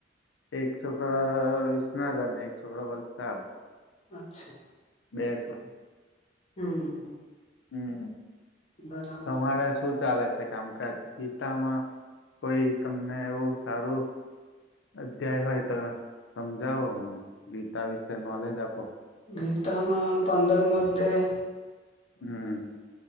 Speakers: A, on the left; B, on the left.
A: એક છોકડ વિસનગર એક છોકરો વલસાડ
B: અચ્છા.
A: બે છો
B: હમ
A: હમ
B: બરાબર
A: તમારે શું ચાલે છે, કામકાજ ગીતામાં કોઈ તમને એવું સારું અધ્યાય હોય તો સમજાવો અમને ગીતા વિશે નોલેજ આપો
B: ગીતામાં પંદરમ અધયાય
A: હમ